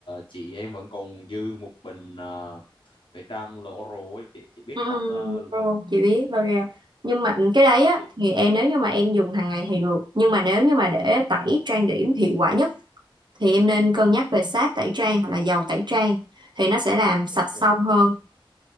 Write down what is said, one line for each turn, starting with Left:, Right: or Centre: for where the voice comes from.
Left: chị em vẫn còn dư một bình à, tẩy trang L'Oreal á chị chị biết
Right: Ừm,
Left: hẳn à,
Right: Ồ,
Left: là
Right: chị biết L'Oreal nhưng mà cái đấy á
Left: chị
Right: thì em nếu như mà em dùng hàng ngày thì được nhưng mà nếu như mà để tẩy trang điểm hiệu quả nhất thì em nên cân nhắc về sáp tẩy trang hoặc là dầu tẩy trang thì nó sẽ làm sạch
Left: ok
Right: xong hơn